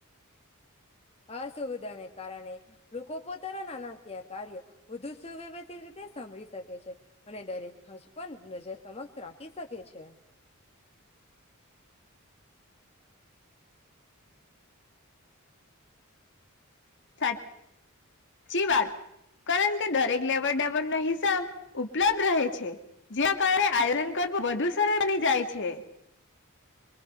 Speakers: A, on the left; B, on the left.
A: આ સુવિધાને કારણે લોકો પોતાના નાણાકીય કાર્યો વધુ સુવ્યવા રીતે સાંભળી શકે છે અને દરેક ખર્ચ પણ નજર સમક્ષ રા <inaudible> ક સકેે છે <unintelligible>
B: સાચી <unintelligible> વાત કારણ કે દરેક લેવડ દેવડનો હિસાબ ઉપલબ્ધ રહે છે જ્યાં કારણે આયરન કરવું વધુ સરળ બની જાય છે.